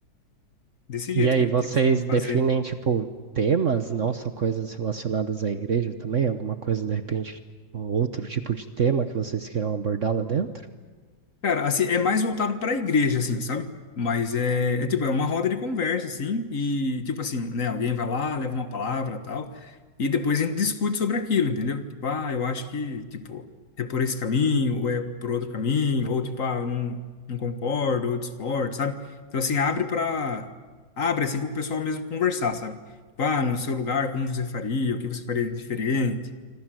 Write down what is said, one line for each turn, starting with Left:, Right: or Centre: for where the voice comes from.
Left: desse jeito
Right: E aí,
Left: que a gente
Right: vocês
Left: costuma fazer.
Right: definem, tipo, temas, não só coisas relacionadas à igreja também? Alguma coisa, de repente, um outro tipo de tema que vocês queiram abordar lá dentro?
Left: Cara, assim, é mais voltado pra igreja, assim, sabe? Mas é, é tipo, é uma roda de conversa, assim, e tipo assim, né? Alguém vai lá, leva uma palavra tal, e depois a gente discute sobre aquilo, entendeu? Tipo, ah, eu acho que, tipo, é por esse caminho, ou é por outro caminho, ou tipo, ah, eu não, não concordo, ou discordo, sabe? Então, assim, abre pra. Abre, assim, pro pessoal mesmo conversar, sabe? Tipo, ah, no seu lugar, como você faria, o que você faria de diferente.